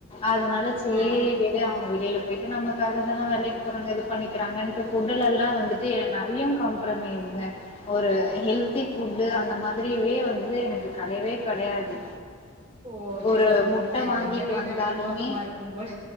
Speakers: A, on the left; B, on the right.
A: அதுனால சேரி
B: அ, அ, அ.
A: விடு அவுங்க வெளியில போயிட்டு நமக்காக தான வேலைக்கு போறாங்க இது பண்ணிக்கிறாங்கன்ட்டு ஃபுட்டு்லலா வந்துட்டு நெறைய காம்ப்ரமைஸ்ங்க ஒரு ஹெல்தி ஃபுட்டு அந்த மாதிரியவே வந்து எனக்கு கெடையவே கெடையாது
B: ஓ செரி
A: ஒரு
B: செரி
A: முட்ட வாங்கிட்டு
B: எங்க வீட
A: வந்தாலுமே
B: விட மோசமா இருக்கும்போல